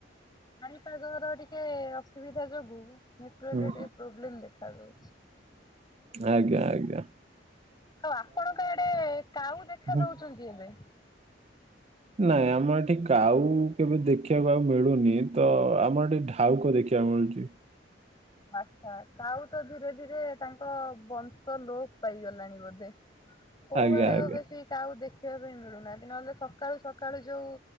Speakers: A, on the left; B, on the right.
A: ପାଣିପାଗ ର ଟିକେ ଅସୁବିଧା ଯୋଗୁ ନେଟୱାର୍କର
B: ହୁଁ
A: ଟିକେ ପ୍ରୋବ୍ଲେମ୍ ଦେଖାଯାଉ
B: ଆଜ୍ଞା ଆଜ୍ଞା।
A: ହଁ ଆପଣଙ୍କ ଆଡେ କାଉ ଦେଖା
B: ହୁଁ
A: ଦଉଛନ୍ତି ଏବେ?
B: ନାଇଁ ଆମର ଏଠି କାଉ କେବେ ଦେଖିବାକୁ ଆଉ ମିଳୁନି। ତ ଆମର ଏଠି ଢାଉକ ଦେଖିବାକୁ ମିଳୁ ହଉଚି।
A: ଆଛା କାଉ ତ ଧୀରେ ଧୀରେ ତାଙ୍କ ବଂଶ ଲୋପ ପାଇଗଲାଣି ବୋଧେ? କୋଉଆଡେ
B: ଆଜ୍ଞା ଆଜ୍ଞା
A: ଆଉ ବେଶୀ କାଉ ଦେଖା ଦେଖିବା ପାଇଁ ମିଳୁନାହାନ୍ତି। ନହେଲେ ସକାଳୁ ସକାଳୁ ଯୋଉ